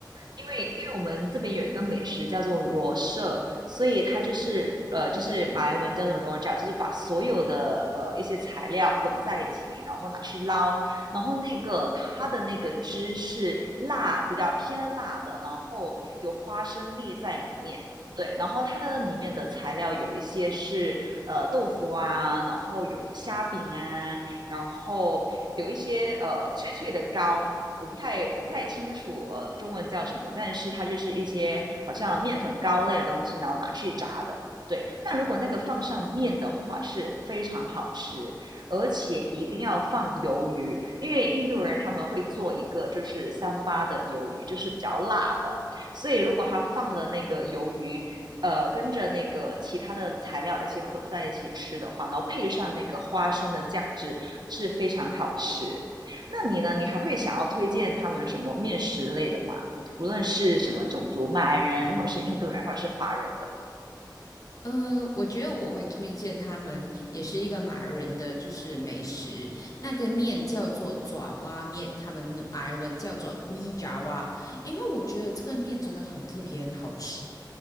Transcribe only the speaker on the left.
呃，我觉得我会推荐他们，也是一个马来人的，就是美食。那个面叫做爪哇面，他们马来文叫做咪爪哇。因为我觉得这个面真的很特别，很好吃。